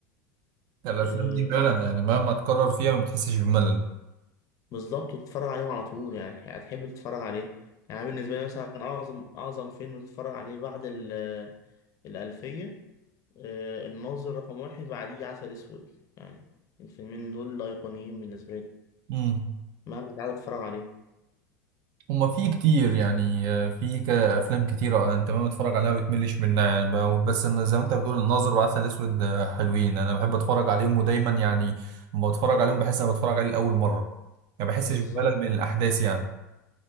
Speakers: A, on the right; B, on the left.
A: الافلام
B: آه،
A: دي فعلا يعني مهما تكرر فيها ما بتحسش بملل
B: بالظبط وتتفرج عليهم على طول يعني هتح- هتحب تتفرج عليه يعني بالنسبة لي مثلا أعظم أعظم فيلم تتفرج عليه بعد ال- الألفية آه، الناظر رقم واحد بعديه عسل أسود يعني الفيلمين دول أيقونيين بالنسبة لي
A: امم
B: مهما تعالى تتفرج عليهم
A: هما في كتير يعني آه، في ك- افلام كتير آه، انت ما بتتفرج عليها بتملش منها يعني ب- بس انا زي ما انت بتقول الناظر وعسل اسود آه، حلوين انا بحب اتفرج عليهم ودايما يعني لما بتفرج عليهم بحس انا بتفرج عليه لاول مره ما بحسش
B: بالظبط
A: بملل من الاحداث يعني